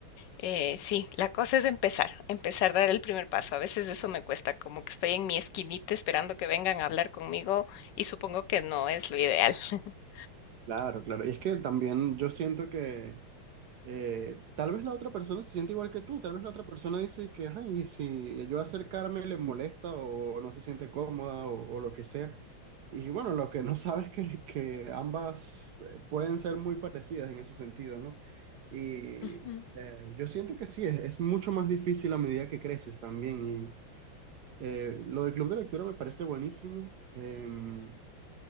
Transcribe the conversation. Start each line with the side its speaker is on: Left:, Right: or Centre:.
Left: Eh, sí, la cosa es empezar, empezar a dar el primer paso. A veces eso me cuesta, como que estoy en mi esquinita esperando que vengan a hablar conmigo y supongo que no es lo ideal. <laughs>
Right: Claro, claro. Y es que también yo siento que... eh, tal vez la otra persona se siente igual que tú, tal vez la otra persona dice que, ay, y si yo acercarme le molesta o no se siente cómoda o, o lo que sea. Y bueno, lo que no sabes es que, que ambas eh, pueden ser muy parecidas en ese sentido, ¿no? Y
Left: Ujú,
Right: eh, yo siento que sí, es, es mucho más difícil a medida que creces también. Y eh, lo del club de lectura me parece buenísimo. Em,